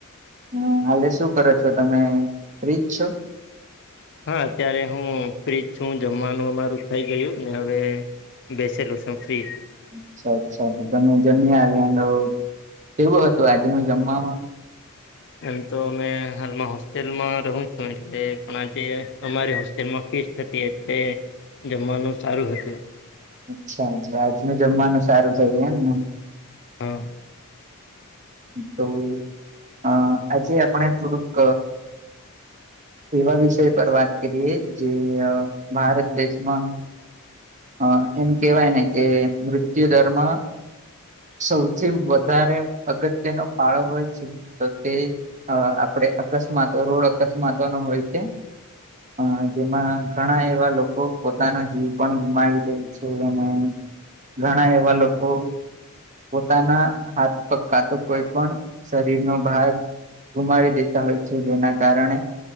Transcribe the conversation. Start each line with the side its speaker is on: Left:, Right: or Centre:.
Right: હમ્મ, હાલે શું કરો છો, તમે ફ્રી જ છો.
Left: હા, અત્યારે હું ફ્રી જ છું, જમવાનું અમારું થઇ ગયું ને હવે, બેસેલો સોફી
Right: અચ્છા અચ્છા તમે જમ્યા આવ્યાનો કેવું હતું આજ નું જમવામ,
Left: એમ તો અમે હાલમાં હોસ્ટેલમાં રહું છું, એટલે પણ આજે અમારી હોસ સ્ટેલ માં ફીસ હટી એટલે જમવાનું સારું હતું,
Right: અચ્છા અરછા એટલે આજનું જમવાનું સારું થયું એમને,
Left: હ
Right: તો અ આજે આપણે થોડુંક એવા વિષય પર વાત કરીએ જે અ ભારત દેશમાં હ એમ કેહેવાય ને કે મૃત્યુદર માં સૌથી વધારે અગત્યનો ફાળો હોય છે તો તે અ આપડે અકસ્માતો રોડ અકસ્માતો નો હોય છે, અ જેમાં ઘણા એવા લોકો પોતાનો જીવ પણ ગુમાવી દેઉ છે, અને ઘણા એવા લોકો પોતાના હાથ પગ કા તો કોઈ પણ શરીરનો ભાગ ગુમાવી દેતા હોય છે, જેના કારણે